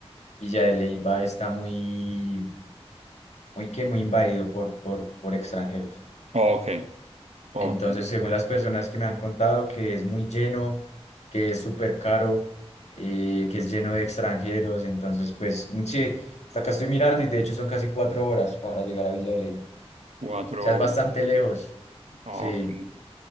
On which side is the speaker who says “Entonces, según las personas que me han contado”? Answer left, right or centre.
Left